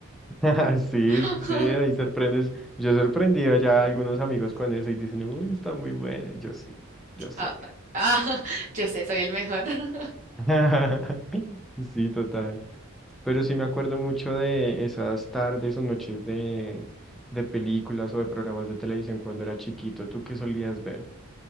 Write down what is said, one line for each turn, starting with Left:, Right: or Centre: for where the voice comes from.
Centre: <laughs> Sí,
Right: <laughs>
Centre: sí, sí, ahí sorprendes. Yo he sorprendido ya a algunos amigos con eso y dicen, uy, está muy bueno. Y yo sí, yo sé.
Right: Ah, ah, yo sé, soy el mejor. <laughs>
Centre: <laughs> Sí, total. Pero sí me acuerdo mucho de esas tardes o noches de, de películas o de programas de televisión cuando era chiquito. ¿Tú qué solías ver?